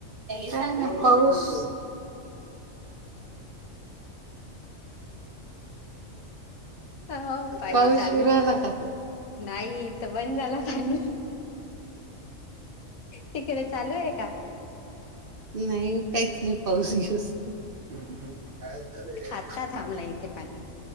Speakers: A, on the right; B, on the left.
A: काय मग पाऊस
B: हो पाणी
A: पाऊस
B: चालू
A: सुरूयला का
B: नाही तर बण झाला कानी तिकडे चालू आहे का
A: नाही काच नाही पाोशीस. काय झार
B: आत्ता थांबला येथे पाणी